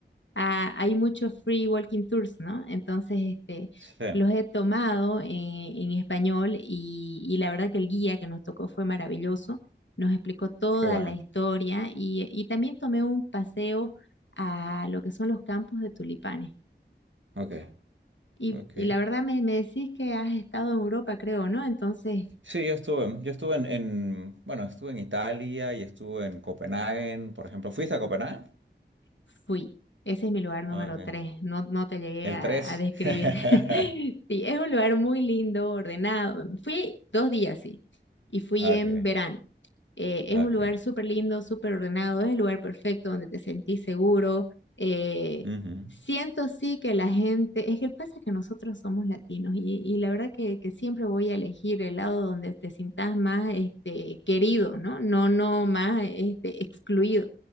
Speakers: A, on the left; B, on the right.
A: ah, hay muchos free walking tours, ¿no? Entonces, este,
B: Sí.
A: los he tomado en, en español y, y la verdad que el guía que nos tocó fue maravilloso. Nos explicó toda
B: Qué bueno.
A: la historia y, y también tomé un paseo a lo que son los campos de tulipanes.
B: Ok.
A: Y,
B: Ok.
A: y la verdad me, me decís que has estado en Europa, creo, ¿no? Entonces,
B: Sí, yo estuve. Yo estuve en, en- bueno, estuve en Italia y estuve en Copenhague, por ejemplo. ¿Fuiste a Copenhague?
A: Fui. Ese es mi lugar número
B: Okay.
A: tres. No, no te llegué
B: El
A: a,
B: 3.
A: a describir.
B: <laughs>
A: <laughs> Sí, es un lugar muy lindo, ordenado. Fui dos días, sí. Y fui
B: Okay,
A: en verano. Eh, es
B: ah,
A: un
B: okay.
A: lugar súper lindo, súper ordenado. Es el lugar perfecto donde te sentís seguro. Eh,
B: Ujú,
A: siento sí que la gente, es que pasa que nosotros somos latinos y, y la verdad que, que siempre voy a elegir el lado donde te sientas más este, querido, ¿no? No, no más este, excluido.